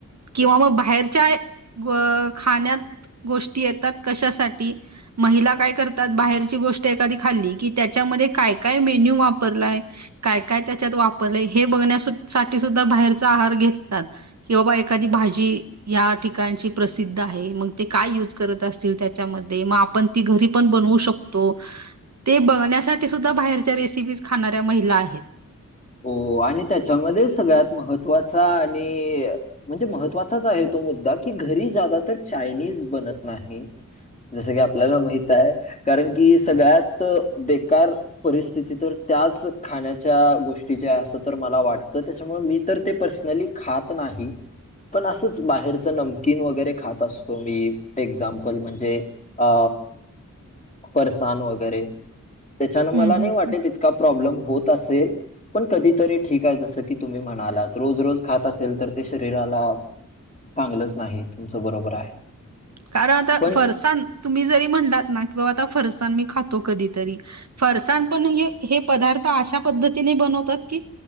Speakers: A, on the right; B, on the left.
A: किंवा मग बाहेरच्या खाण्यात गोष्टी येतात कशासाठी महिला काय करतात बाहेरची गोष्ट एखादी खाल्ली की त्याच्यामध्ये काय काय मेन्यू वापरलाय काय काय त्याच्यात वापरलं हे बघण्यासाठी सुद्धा बाहेरचा आहार घेतात किंवा एखादी भाजी या ठिकाणची प्रसिद्ध आहे मग ते काय यूज करत असतील त्याच्यामध्ये मग आपण ती घरी पण बनवू शकतो तो ते बघण्यासाठी सुद्धा बाहेरच्या रेसिपीज खाणाऱ्या महिला आहेत
B: हो आणि त्याच्यामध्ये सगळ्यात महत्त्वाचा आणि म्हणजे महत्त्वाचाच आहे तो मुद्दा की घरी ज्यादा तर चायनीज बनत नाही जसं की आपल्याला माहित हाय कारण की सगळ्यात बेकार परिस्थिती तर त्याच खाण्याच्या गोष्टी तिच्या अस तर मला वाटतं त्याच्यामुळे मी तर ते पर्सनली खात नाही पण असंच बाहेरच नमकीन वगैरे खात असतो मी एक्झाम्पल म्हणजे अ फरसाण वगैरे त्याच्यान
A: हम्म
B: मला नाही
A: हम्म
B: वाटत इतका प्रॉब्लेम होत असेल पण कधीतरी ठीक आहे जसं की तुम्ही म्हणालात रोज रोज खात असेल तर ते शरीराला चांगलंच नाही तुमचं बरोबर आहे
A: कारण आता
B: पण
A: फरसाण तुम्ही जरी म्हणलात ना की बाबा आता फरसाण मी खातो कधीतरी फरसाण पण हे हे पदार्थ अशा पद्धतीने बनवतात की